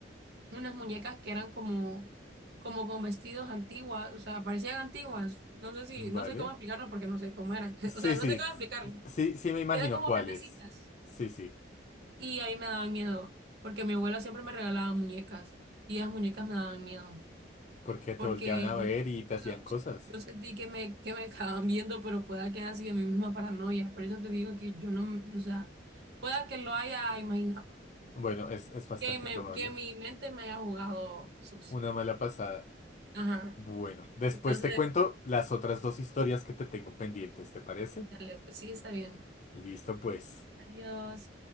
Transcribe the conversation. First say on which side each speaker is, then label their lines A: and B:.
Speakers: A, on the right; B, on the left.
A: unas muñecas que eran como, como con vestidos antiguas, o sea, parecían antiguas. No sé si,
B: Vale.
A: no sé cómo explicarlo porque no sé cómo eran. <laughs>
B: Sí,
A: O sea, no
B: sí,
A: sé cómo explicarlo.
B: sí, sí me imagino
A: Eran como
B: cuáles.
A: grandecitas.
B: Sí, sí.
A: Y a mí me daban miedo, porque mi abuela siempre me regalaba muñecas. Y las muñecas me daban miedo,
B: Porque
A: porque
B: te volteaban a ver y te hacían
A: yo,
B: cosas.
A: yo sentí que me, que me acaban viendo, pero pueda que haya sido mi misma paranoia. Por eso te digo que yo no, o sea, pueda que lo haya imaginado,
B: Bueno, es, es bastante
A: que, me,
B: probable.
A: que mi mente me haya jugado sucio.
B: Una mala pasada.
A: Ajá.
B: Bueno, después
A: Entonces,
B: te cuento las otras dos historias que te tengo pendientes, ¿te parece?
A: dale, pues sí, está bien.
B: Listo, pues.
A: Adiós.